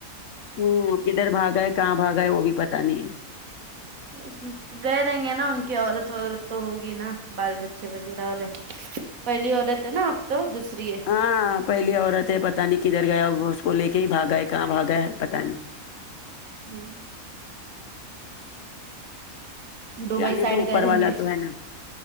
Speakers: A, on the left; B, on the right.
A: ہوں کدھر بھاگا ہے کہاں بھاگا ہے وہ بھی پتا نہیں ہے
B: <unintelligible> گئے رہیں گے نا ان کی عورت وورت تو ہوگی نا بال بچے وغیرہ والے پہلی عورت ہے نا آپ تو دوسری ہے
A: ہاں پہلی عورت ہے پتہ نہیں کدھر گیا ہوگا اس کو لے کے ہی بھاگا ہے کہاں بھاگا ہے پتہ نہیں
B: ہمم دبئی
A: جانے
B: سائڈ
A: تو اوپر
B: گئے رہیں
A: والا
B: گے
A: تو ہے نا